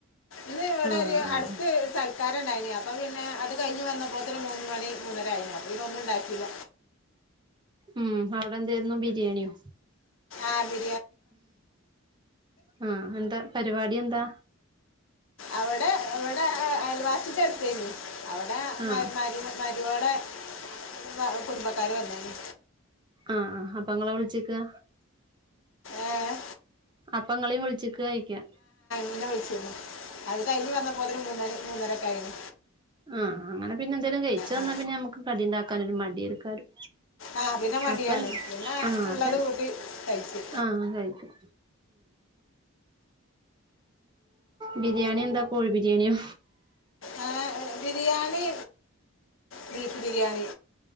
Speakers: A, on the left; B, on the right.
A: ന്ന് വടൊരു
B: ആഹ് ആഹ്
A: അട്ത്ത് സൽ ക്കാരണ്ടായീനി അപ്പ പിന്നെ അത് കയ്ഞ് വന്നപ്പോത്ത്ന് മൂന്നുമണി മൂന്നര ആയിണ് അപ്പ പിന്നൊന്നും ണ്ടാക്കില
B: ഉം അവടെന്തേര്ന്നു ബിരിയാണോ
A: ആ ബി
B: ആഹ് എന്താ പരിപാട്യന്താ
A: അവടെ വടെ അയൽവാസിന്റട്ത്തേനി അവടെ
B: ആഹ്
A: മര് മരു മര് രോളെ മ കുടുംബക്കാര് വന്നീനി
B: ആഹ് ആ ഹം പ്പങ്ങളെ വിളിച്ക്കാ
A: എഹ്
B: അപ്പങ്ങളും വിളിച്ചിക്ക് ഴിക്കാ
A: ന്നേ വിളിച്ചിരുന്നു അത് കയിഞ്ഞ് വന്നപ്പോത്തിനും മൂന്നണി മൂന്നര കഴ്ഞ്ഞ്
B: ആഹ് അങ്ങനെ പിന്നെ എന്തേലിലും കഴിച്ചു
A: ആ
B: ന്നാ പിന്നെ നമുക്ക് കടി ഇണ്ടാക്കാന് ഒരു മടിയടുക്കാരും
A: ആ പിന്നെ മടിയാണ്
B: അപ്പൻ
A: പിന്നെ
B: ആഹ്
A: ഉള്ളത്
B: അപ്പൻ
A: കൂട്ടി കഴിച്ചു
B: ആഹ് കഴിക്കും ബിരിയണി ന്ത കോഴി ബിരിയണിയോ
A: ആ, ബിരിയാണി ബീഫ് ബിരിയാണി